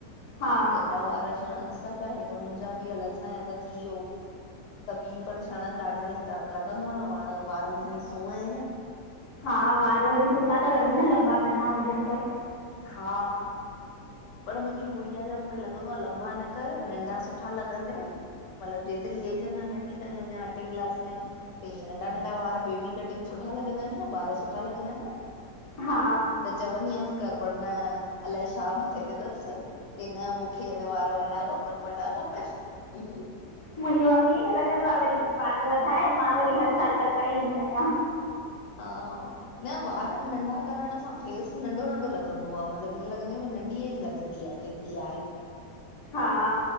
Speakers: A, on the left (about 35°); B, on the left (about 85°).
A: हा
B: त एॾा वार झड़नस्था। तह हेत मुंजा बि, अलाए छा त थी वयो। त ॿी पर शणन ॾाढा ई ता, पर लॻंदो आ न हाणे वारन सां ई सूंह आहे न।
A: हा वार वरी सुठा ता लॻन न, लंबा घना हुजन त।
B: हा। पर मुंजी गुड़िया जा मूंखे लॻंदो आ, लंबा न कर, नंढा सुठा लॻंदे। मतलब जेतरी एज अञा नंढी थन, अञा अठीं क्लास में आ। त ईअं नंढा नंढा वार, बेबी कटिंग सुठा लॻंदा आहिन न, ॿार सुठा लॻंदा आहिन न?
A: हा
B: त चवंदी आयांस्, कर पर न, अलाए छा मत छेड़ींदस, की न मूंखे अना वार वॾा खपन, वॾा खपन।
A: मुंहिंजे मम्मीअ खे लॻंदो आहे वरी, वार वधाए, मां वरी हर सालु कटराए ईंदी आहियां।
B: हा। न वार नंढा करण सां, फेस नंढो- नंढो लॻंदो आ, मतलब ईअं लॻंदा आयूं नंढी एज लॻंदी आ। फ्री आए।
A: हा।